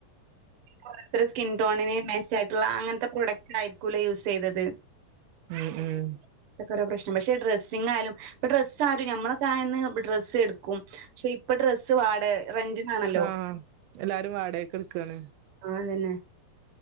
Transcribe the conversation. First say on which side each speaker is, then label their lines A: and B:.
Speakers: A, on the right (about 55°); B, on the right (about 80°).
A: ഓരോരുത്തർ സ്കിൻ ടോണിന് മേചായിട്ട്ള്ള അങ്ങൻത്തെ പ്രോഡക്റ്റ് ആയിരിക്കൂല്ല യൂസയ്തത്.
B: ഉം ഉം
A: തക്കരോ പ്രശ് പക്ഷെ ഡ്രസ്സിങ്ങാലും ഇപ്പൊ ഡ്രസ്സ് ആരും ഞമ്മളൊക്കയന്ന് ഡ്രസ്സ് എട്ക്കും. പക്ഷെ ഇപ്പൊ ഡ്രസ്സ് വാട റെൻ്റ്നാണല്ലോ?
B: ആഹ് എല്ലാരും വാടകയ്ക്കെട്ക്കാണ്.
A: ആഹ് അതന്നെ